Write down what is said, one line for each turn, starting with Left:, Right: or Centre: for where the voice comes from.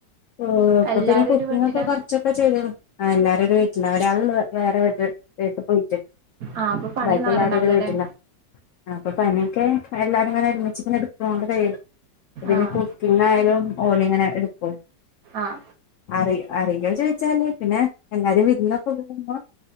Left: ഓ അപ്പോപിന്നെ
Right: എല്ലാരും
Left: കുക്കിംഗ്
Right: ഒരു വീട്ടിലാ
Left: ഒക്കെ കുറച്ചൊക്കെ ചെയിതാണ് ആ എല്ലാരും ഒരു വീട്ടില്ല. ഒരാളെളു വേറെ വീട്ടിൽ പേപ്പർ പോയിട്ട് ഇരിക്യ
Right: ആഹ് അപ്പൊ പണിയൊന്നും
Left: ബാക്കിളൊരു
Right: അങ്ങനെണ്ടാവൂലല്ലേ
Left: ഒരു വീട്ടില്ല. ആ അപ്പൊ പണിയൊക്കെ എല്ലാരും ഇങ്ങനെ ഒരുമിച്ച് എടുത്തോണ്ട് കഴിയും. ഇതെന്നെ
Right: ആഹ്
Left: കുക്കിംഗ് ആയാലും ഓല ഇങ്ങനെ എടുക്കോ?
Right: ആഹ
Left: അറി അറിയോ ചോദിച്ചാലേ പിന്നെ എല്ലാരും വിരന്നൊക്കെ ഒന്നും പോകുമ്പോ